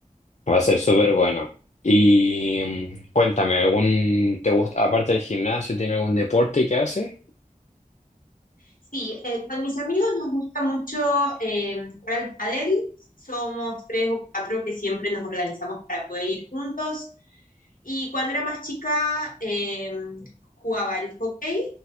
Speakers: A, on the left (about 55°); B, on the left (about 70°).
A: va a ser súper bueno. Y mm, cuéntame, ¿algún, te gusta, aparte del gimnasio, tiene algún deporte que haces?
B: Sí, eh, con mis amigos nos gusta mucho eh, jugar al pádel. Somos tres o cuatro que siempre nos organizamos para poder ir juntos. Y cuando era más chica, eh, jugaba al hockey